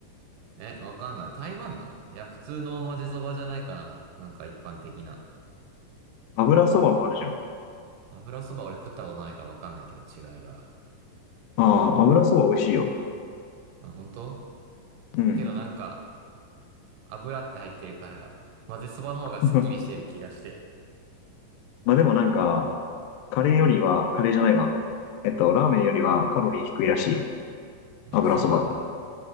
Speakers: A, on the right; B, on the left.
A: え、わかんない。台湾なのいや、普通の混ぜそばじゃないかな。なんか一般的な。
B: 油そばもあるじゃん。
A: 油そば俺食ったことないからわかんないけど違いが。
B: ああ、油そば美味しいよ。
A: うん、本当
B: うん。
A: けどなんか、油って入ってるから、混ぜそばの方がすっきりしてる気がして。
B: <laughs> まあでもなんか、カレーよりは、カレーじゃないわ。えっと、ラーメンよりはカロリー低いらしい。
A: あ、
B: 油そば。
A: そうなんだ。